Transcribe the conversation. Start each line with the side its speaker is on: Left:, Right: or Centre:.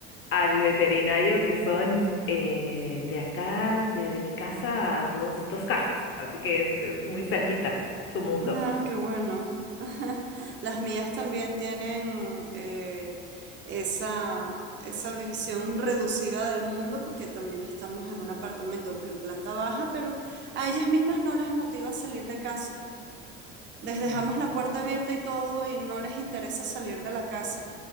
Left: al veterinario que son eh, de acá, de, de mi casa, a dos, dos calles. Así que es, es muy cerquita su mundo.
Right: Ah, qué bueno. <laughs> Las mías también tienen eh, esa, esa visión reducida del mundo porque también estamos en un apartamento, aunque en planta baja, pero a ellas mismas no les motiva salir de casa. Les dejamos
Left: Mm.
Right: la puerta abierta y todo y no les interesa salir de la casa.